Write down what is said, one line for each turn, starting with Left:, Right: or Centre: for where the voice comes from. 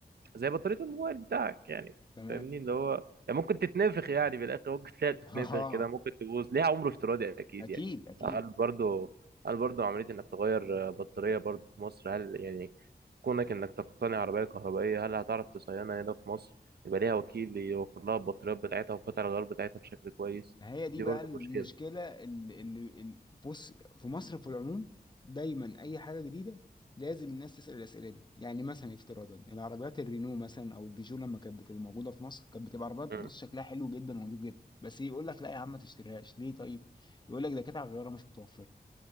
Right: زي بطارية الموبايل بتاعك يعني
Left: تمام
Right: فاهمني اللي هو يعني ممكن تتنفخ يعني في الاخر ممكن تلاقي تتنفخ
Left: <laughs> اه
Right: كده ممكن تبوظ ليها عمر افتراضي اكيد
Left: اكيد
Right: يعني
Left: اكيد
Right: هل برضو هل برضو عملية انك تغير آه، بطارية برضو في مصر هل يعني كونك انك تقتني عربية كهربائية هل هتعرف تصينها هنا في مصر يبقى ليها وكيل يوفر لها البطاريات بتاعتها وقطع الغيار بتاعتها بشكل كويس
Left: هي دي
Right: دي
Left: بقى
Right: برضو
Left: المشكلة
Right: مشكلة
Left: اللي اللي- اللي- بص في مصر في العموم دايما أي حاجة جديدة لازم الناس تسأل الأسئلة دي يعني مثلا افتراضا العربيات الرينو مثلا أو البيجو لما كانت بتبقى موجودة في مصر كانت بتبقى عربيات بص
Right: مم.
Left: شكلها حلو جدا ونضيف جدا بس يقول لك لا يا عم ما تشتريهاش ليه طيب يقول لك ده كانت على الغيارة مش متوفرة